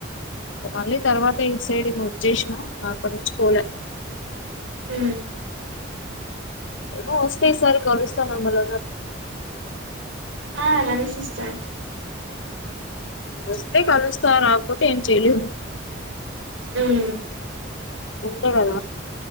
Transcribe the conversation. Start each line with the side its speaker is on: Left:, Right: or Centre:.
Left: మళ్ళీ తర్వాత ఈ సైడ్ ము వచ్చేసిన అక్కడ నుంచి పోలే
Right: ఆ
Left: ఏమో వస్తాయి సార్ గరుస్తాం మిమ్మల
Right: ఆ నన్న సస్టర్
Left: వస్తతే కాలుస్తతోార ఆకోతే ఎం చేలి
Right: ఉ
Left: అంతే కద